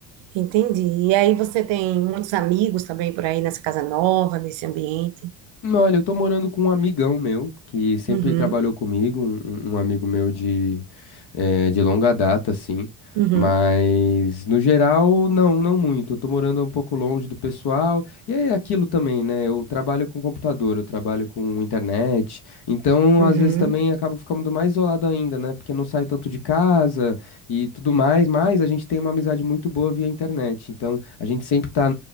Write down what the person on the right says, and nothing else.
Entendi. E aí você tem muitos amigos também por aí nessa casa nova, nesse ambiente?
Uhum,
uhum,
uhum,